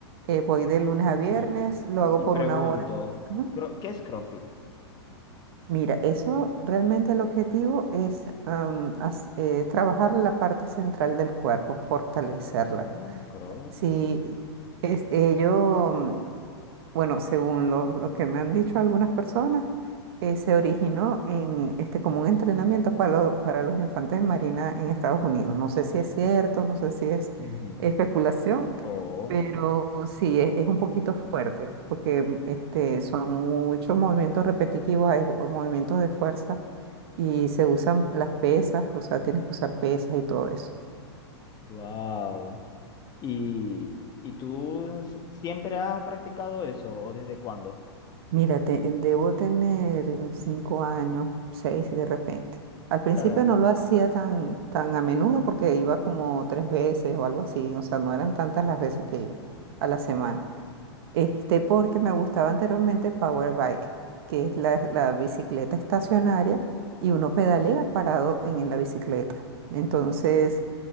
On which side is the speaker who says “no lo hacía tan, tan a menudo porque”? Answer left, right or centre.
Right